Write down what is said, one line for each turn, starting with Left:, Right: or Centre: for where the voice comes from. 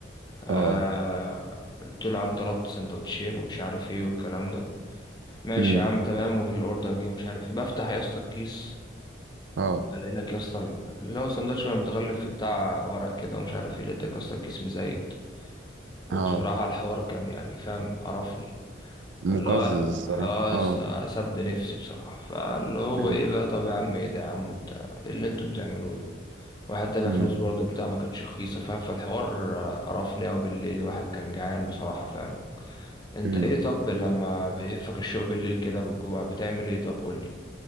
Left: آه،
Right: اه
Left: قلت له يا عم طلبت سندوتشين ومش عارف ايه والكلام ده ماشي
Right: امم
Left: يا عم تمام والاوردر جه ومش عارف إيه. بفتح يا اسطى الكيس
Right: اه
Left: الاقي لك يا اسطى ال- اللي هو سندوتش بقى متغلف في بتاع ورق كده ومش عارف ايه لقيتك يا اسطى الكيس مزايد وبصراحة
Right: اه
Left: الحوار كان يعني فاهم قرفني
Right: مقزز
Left: اللي هو
Right: الصراحه
Left: اه يا
Right: اه
Left: اسطى سد نفسي بصراحة فاللي هو
Right: امم
Left: ايه بقى طب يا عم ايه ده يا عم انت ايه اللي انتوا بتعملوه ده واحد دافع
Right: امم
Left: فلوس برضه بتاع ما كانتش رخيصة فاهم فالحوار آه، قرفني أوي بالليل واحد كان جعان بصراحة فاهم انت
Right: امم
Left: ايه طب لما بيهفك الشوق بالليل كده بالجوع بتعمل ايه طب قولي